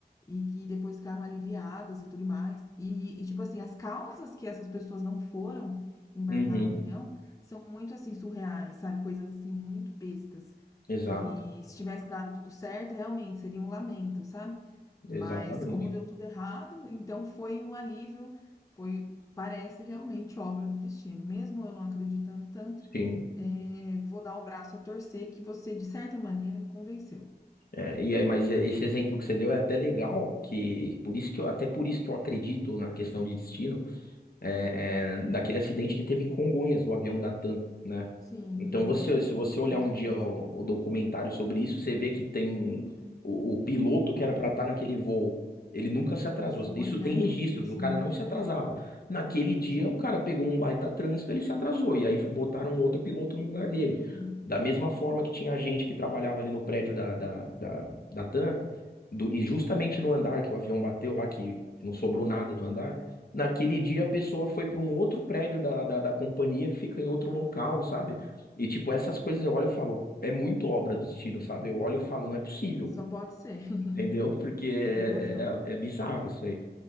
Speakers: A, on the left; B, on the left.
A: e que depois ficaram aliviadas e tudo mais. E e, tipo assim, as causas que essas pessoas não foram embarcar
B: Uhum,
A: no avião são muito, assim, surreais, sabe, coisas, assim, muito bestas,
B: exato,
A: que se tivesse dado tudo certo, realmente seria um lamento, sabe?
B: exatamente.
A: Mas como deu tudo errado, então foi um alívio, foi, parece realmente obra do destino. Mesmo eu não acreditando tanto,
B: Sim.
A: eh, vou dar o braço a torcer que você, de certa maneira, me convenceu.
B: É, e aí, mas esse exemplo que você deu é até legal, que por isso que eu, até por isso que eu acredito na questão de destino, é, é, daquele acidente que teve em Congonhas, do avião da TAM, né?
A: Sim,
B: Então, você, se você olhar
A: com
B: um
A: certeza.
B: dia o, o documentário sobre isso, você vê que tem o, o piloto que era para estar naquele voo. Ele nunca se
A: Não
B: atrasou.
A: foi,
B: Isso
A: né?
B: tem registros,
A: Sim,
B: o cara não se atrasava. Naquele dia,
A: sim.
B: o cara pegou um baita trânsito, ele se atrasou. E aí botaram outro piloto no lugar dele.
A: Uhum.
B: Da mesma forma que tinha gente que trabalhava ali no prédio da, da, da, da TAM, do- e justamente no andar que o avião bateu lá, que não sobrou nada do andar. Naquele dia, a pessoa foi para um outro prédio da, da, da companhia que fica em outro local, sabe? E, tipo, essas coisas eu olho e falo, é muito obra do destino, sabe? Eu olho e falo, não é possível,
A: É, Só pode ser.
B: <laughs>
A: <laughs>
B: entendeu? Porque é,
A: Tem razão.
B: é, é bizarro isso aí.